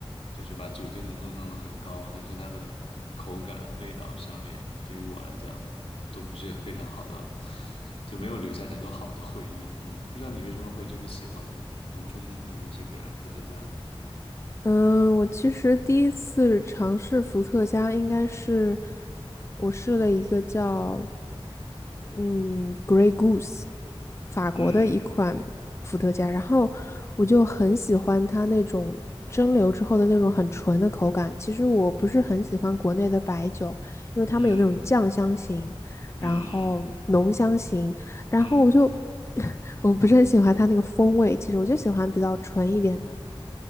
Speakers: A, on the left; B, on the left.
A: 就是把酒精浓度弄得很高，但是它的口感、味道上面对于我来讲都不是非常好的，就没有留下太多好的回忆。嗯，不知道你为什么会这么喜欢独钟于这个伏特加呢？
B: 嗯，我其实第一次尝试伏特加，应该是我试了一个叫嗯 Grey Goose 法国的一款伏特加，
A: 嗯
B: 然后我就很喜欢它那种蒸馏之后的那种很纯的口感。其实我不是很喜欢国内的白酒，因为他们有那种酱香型，
A: 嗯
B: 然后浓香型，
A: 嗯
B: 然后我就
A: 嗯
B: <laughs> 我不是很喜欢它那个风味。其实我就喜欢比较纯一点的。